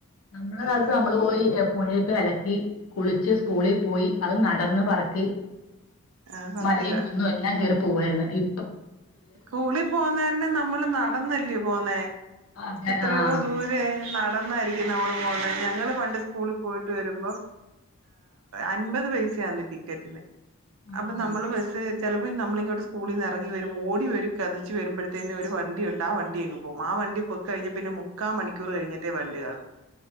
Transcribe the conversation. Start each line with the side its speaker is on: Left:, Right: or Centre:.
Left: നമ്മളെ
Right: എന്ന്
Left: കാലത്ത്
Right: പറഞ്ഞ്
Left: നമ്മള് പോയി പുഴെ അലക്കി കുളിച്ച് സ്കൂളി പോയി അത് നടന്ന് പറക്കി
Right: അത് സത്യവാ
Left: മലയും കുന്നും എല്ലാം കേറി പോവായിരുന്നു ഇ
Right: സ്കൂളിൽ പോന്ന തന്നെ നമ്മള് നടന്നല്ലേ പോന്നെ
Left: ആഹ്
Right: എത്രയോ
Left: ആഹ്
Right: ദൂരെ നട നടന്നായിരിക്കും നമ്മള് പോന്നെ ഞങ്ങള് പണ്ട് സ്കൂളിൽ പോയിട്ട് വരുമ്പോം അൻപത് പൈസ ആന്ന് ടിക്കറ്റിന്
Left: ആ
Right: അപ്പൊ
Left: ആ
Right: നമ്മള് ബസ് ചിലപ്പോ നമ്മലിങ്ങോട്ട് സ്കൂളി ന്ന് എറ ങ്ങി ഓടി വരും കെതച്ചു വരുമ്പോഴത്തേന്നെ ഒരു വണ്ടിയുണ്ട് ആ വണ്ടിയങ്ങ് പോകും ആ വണ്ടി പൊക്കഴിഞ്ഞ പിന്നെ മുക്കാ മണിക്കൂർ കഴിഞ്ഞെ മറ്റേ വണ്ടി കാണും